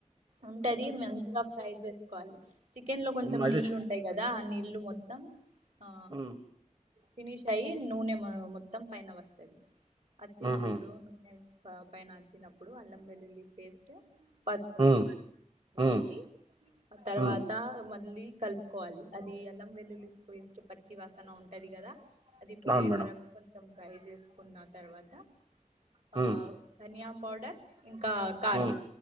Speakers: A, on the right; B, on the right.
A: ఉంటది మంచిగా ఫ్రై చేసుకోవాలి చికెన్ లో కొంచెం
B: హ్మ్. అయితే
A: నీళ్ళు
B: చ్
A: ఉంటాయి కదా ఆ నీళ్లు మొత్తం ఆ
B: హ్మ్.
A: ఫినిష్ అయ్యి నూనె మో మొత్తం పైన వస్తది వచ్చినప్పుడు
B: హుహు.
A: నూనె ప పైన వచినప్పుడు అల్లం వెల్లుల్లి పేస్ట్ పసుపు
B: హ్మ్.
A: వేసి
B: హ్మ్.
A: ఆ తర్వాత
B: హ్మ్.
A: మళ్ళీ కలుపుకోవాలి అది అల్లం వెల్లులి పేస్ట్ పా చ్చి వాసన ఉంటది కదా అది పోయే
B: అవును మేడం.
A: వరకు కొంచెం ట్రై చేసుకున్న తర్వాత ఆ
B: హ్మ్.
A: ధనియా పౌడర్ ఇం కా కారం
B: హ్మ్.